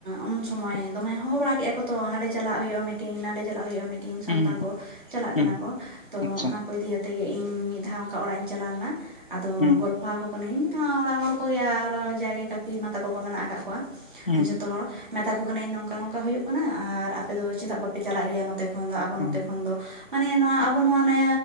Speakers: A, on the right; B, on the left.
A: ᱩᱱ ᱥᱚᱢᱚᱭ
B: ᱴᱷᱤᱠ
A: ᱫᱚᱢᱮ ᱦᱚᱦᱚ ᱵᱟᱲᱟ ᱠᱮᱫᱼᱟ ᱠᱚ ᱛᱚ ᱦᱟᱸᱰᱮ ᱪᱟᱞᱟᱜ ᱦᱩᱭᱩᱜᱼᱟ ᱢᱤᱴᱤᱱ ᱱᱟᱰᱮ ᱪᱟᱞᱟᱜ ᱦᱩᱭᱩᱜᱼᱟ ᱢᱤᱴᱤᱱ ᱠᱤᱱ
B: ᱦᱩᱸ
A: ᱥᱟᱱᱛᱟᱲ ᱠᱚ ᱪᱟᱞᱟᱜ
B: ᱦᱩᱸ
A: ᱠᱟᱱᱟ ᱠᱚ ᱛᱚ
B: ᱟᱪᱪᱷᱟ
A: ᱚᱱᱟ ᱠᱚ ᱤᱫᱤᱭᱟᱛ ᱛᱮᱜᱮ ᱤᱧ ᱢᱤᱫ ᱫᱷᱟᱣ ᱚᱱᱠᱟ ᱚᱲᱟᱜ ᱤᱧ ᱪᱟᱞᱟᱣ ᱞᱮᱱᱟ ᱟᱫᱚ
B: ᱦᱩᱸ
A: ᱜᱚᱞᱯᱷᱚ ᱟᱠᱚ ᱠᱟᱧ ᱚᱲᱟᱜ ᱦᱚᱲ ᱠᱚᱜᱮ ᱟᱨ ᱡᱟᱜᱮ ᱠᱟᱠᱩ ᱮ ᱛᱟᱠᱚ ᱠᱚ ᱢᱮᱱᱟᱜ ᱟᱠᱟᱫ ᱠᱚᱣᱟ
B: ᱦᱩᱸ
A: ᱡᱚᱛᱚ ᱡᱚᱛᱚ ᱦᱚᱲ ᱢᱮᱛᱟ ᱠᱚ ᱠᱟᱹᱱᱟᱹᱧ ᱱᱚᱝᱠᱟ ᱱᱚᱝᱠᱟ ᱦᱩᱭᱩᱜ ᱠᱟᱱᱟ ᱟᱨ ᱟᱯᱮ ᱫᱚ ᱪᱮᱫᱟᱜ ᱵᱟᱯᱮ ᱪᱟᱞᱟᱜ ᱜᱮᱭᱟ᱾ ᱱᱚᱛᱮ ᱠᱷᱚᱱ ᱫᱚ ᱟᱵᱚ
B: ᱦᱩᱸ
A: ᱱᱚᱛᱮ ᱠᱷᱚᱱ ᱫᱚ᱾ ᱢᱟᱱᱮ ᱱᱚᱣᱟ ᱟᱵᱚ ᱱᱚᱣᱟ ᱱᱭᱟ